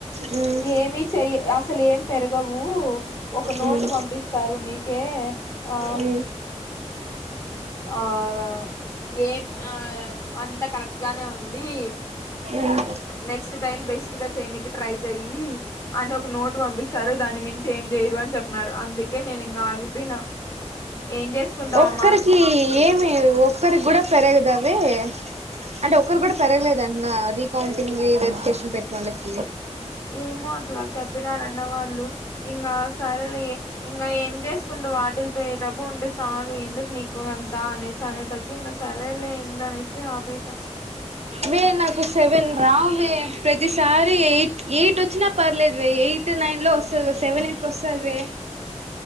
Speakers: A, on the right; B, on the left.
A: ఉమ్
B: ఏమి చెయ్య అసలేం పెరగవూ ఒక నోటు
A: ఉమ్
B: పంపిస్తారు నీకే ఆ
A: ఉమ్
B: అవ ఏం ఆ అంత కరెక్ట్ గానే ఉంది
A: ఉమ్
B: నెక్స్ట్ టైమ్ బెస్ట్ గా ట్రై చెయ్యి అని ఒక నోట్ పంపిస్తారు దాని చేంజ్ చేయరు అని చెప్పన్నారు అందుకే నేను ఇంకా ఆగిపోయిన ఏం చేసుకుంటా
A: ఒక్కరికి
B: ఆ మా
A: ఏమి ఒకరి కూడా పెరగద అవి అంటే ఒకరు కూడా పెరగ లేదన్న అది కౌంటింగ్ వెరిఫికేషన్ పెట్టిన వాళ్ళకి
B: ఏమో అట్లా చెప్పినారు అన్న వాళ్ళు ఇంకా సరలే ఇంకా ఏం చేసు వాటిలతో ఏ డబ్బు ఉంటే చాలు ఎందుకు నీకు ఎంత అనేసి అనేతలకి ఇంకా సరే లే ఏం అనే చెప్పి ఆపేసా
A: వే నాకు సేవెన్ రావే ప్రతిసారి ఎయిట్ ఎయిట్ వచ్చినా పర్లేదు ఎయిట్ నైన్ లో వస్తుంది సెవెన్ ఎయిట్ వస్తది వే